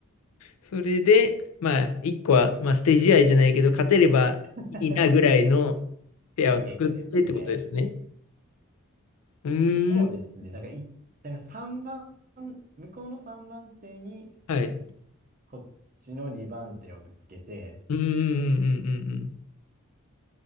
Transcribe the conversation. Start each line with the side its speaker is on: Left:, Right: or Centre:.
Left: それで、まあ、1個は、まあ、捨て試合じゃないけど、勝てればいいなぐらいの
Right: <laughs>
Left: ペアを作ってってことですね。
Right: え、ですね。
Left: うーん。
Right: そうですね。だから、い、だから3番、向こうの3番手に、
Left: はい。
Right: こっちの2番手をぶつけて、
Left: うんうんうんうんうんうん。